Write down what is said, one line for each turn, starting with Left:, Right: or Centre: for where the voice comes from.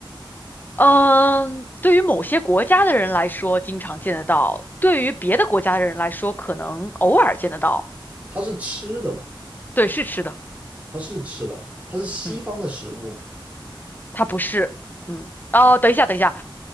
Left: 嗯，对于某些国家的人来说，经常见得到；对于别的国家的人来说，可能偶尔见得到。
Right: 它是吃的嘛？
Left: 对，是吃的，
Right: 它是吃的，它是西方的食物嘛？
Left: 嗯，它不是，嗯，哦，等一下，等一下，